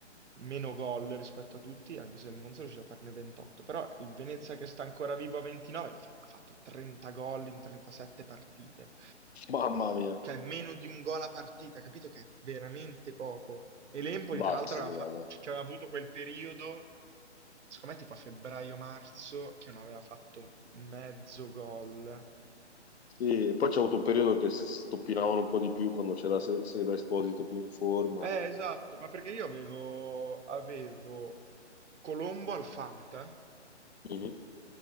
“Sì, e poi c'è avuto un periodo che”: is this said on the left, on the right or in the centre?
Left